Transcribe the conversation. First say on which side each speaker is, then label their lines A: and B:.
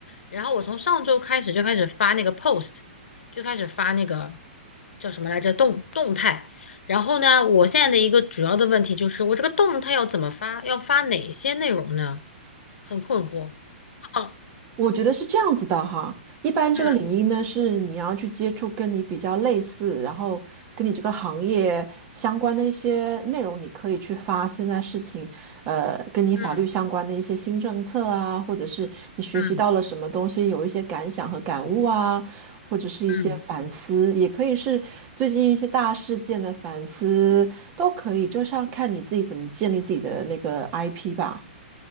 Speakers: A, on the left; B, on the right.
A: 然后我从上周开始就开始发那个 post，就开始发那个叫什么来着动动态。然后呢，我现在的一个主要的问题就是，我这个动态要怎么发？要发哪些内容呢？很困惑。<laughs>
B: 我觉得是这样子的哈，一般这个领域呢，
A: 嗯
B: 是你要去接触跟你比较类似，然后跟你这个行业相关的一些内容，你可以去发现在事情，呃，跟你法律相关的一些新政策啊，
A: 嗯
B: 或者是你学习到了什么东西，
A: 嗯嗯
B: 有一些感想和感悟啊，或者是一些反思，
A: 嗯。
B: 也可以是最近一些大事件的反思，都可以，就是要看你自己怎么建立自己的那个 IP 吧。